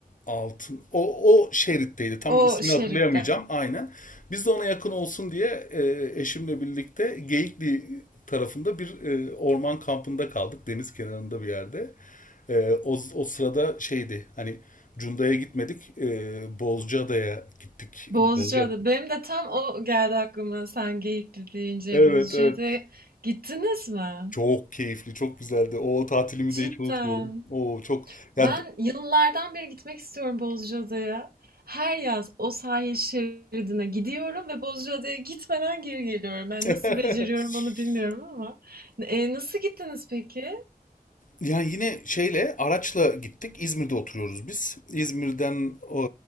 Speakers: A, on the left; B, on the right.
A: Altın. O o şeritteydi. Tam
B: O
A: ismini
B: şeritte.
A: hatırlayamayacağım. Aynen. Biz de ona yakın olsun diye e, eşimle birlikte Geyikli tarafında bir e, orman kampında kaldık deniz kenarında bir yerde. Ee, o, o sırada şeydi hani Cunda'ya gitmedik. E, Bozcaada'ya gittik.
B: Bozcaada.
A: Bozca.
B: Benim de tam o geldi aklıma sen Geyikli deyince
A: Evet
B: Bozcaada'ya
A: evet.
B: gittiniz mi?
A: Çok keyifli, çok güzeldi. O tatilimi
B: Cidden.
A: de hiç unutmuyorum. Oo çok ya
B: Ben yıllardan beri gitmek istiyorum Bozcaada'ya. Her yaz o sahil şeridine gidiyorum ve Bozcaada'ya gitmeden geri geliyorum. Ben
A: <laughs>
B: nasıl beceriyorum onu bilmiyorum ama. E, nasıl gittiniz peki?
A: Yani yine şeyle araçla gittik. İzmir'de oturuyoruz biz. İzmir'den o,